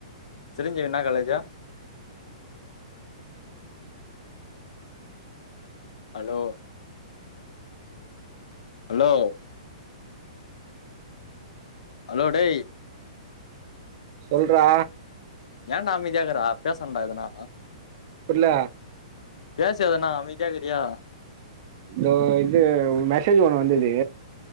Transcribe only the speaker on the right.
சொல்றா
புர்ல
இதோ இது மெசேஜ் ஒண்ணு வந்தது